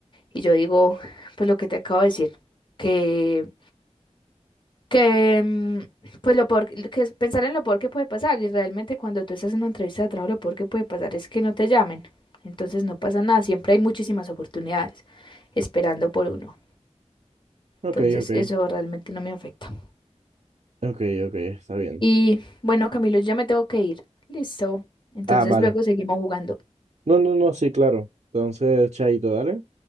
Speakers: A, on the left (about 45°); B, on the right (about 65°).
A: Y yo digo, pues lo que te acabo de decir, que, que, mm, pues lo peor, que es pensar en lo peor que puede pasar. Y realmente cuando tú estás en una entrevista de trabajo, lo peor que puede pasar es que no te llamen. Entonces no pasa nada, siempre hay muchísimas oportunidades esperando por uno.
B: Ok,
A: Entonces
B: ok,
A: eso realmente no me afecta.
B: ok, ok, está bien.
A: Y bueno, Camilo, ya me tengo que ir. Listo. Entonces
B: Ah, vale.
A: luego seguimos jugando.
B: No, no, no, sí, claro. Entonces, chaito, dale.